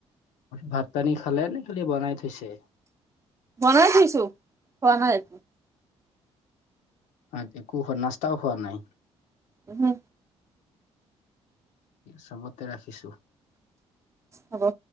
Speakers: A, on the left (about 85°); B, on the right (about 25°).
A: ভাত, পানী, খালে নে খালি বনাই থৈছে।
B: বনাই থৈছোঁ খোৱা নাই
A: আছ একো নাস্তাও খোৱা নাই।
B: উম হো
A: চবততে ৰাখিছো।
B: হ'ব